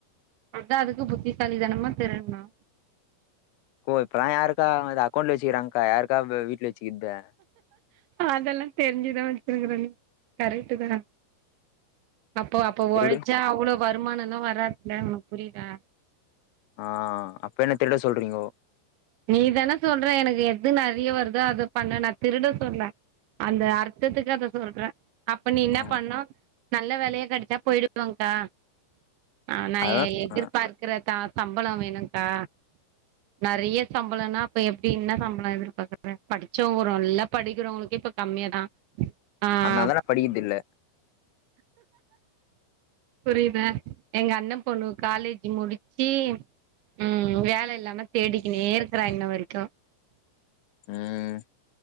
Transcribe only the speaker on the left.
கோ இப்பல்லா யார்க்கா அக்கௌண்ட்ல வச்சிக்கிறாங் கா யார்க்கா வெவ் வீட்ல வச்சிக்கிர்த
எப்டி
ஆ அப் என்ன திருட சொல்றீங்கோ
ஆ
அதா
ஆ
அனால தா நா படிக்கிற்தில்ல
ம்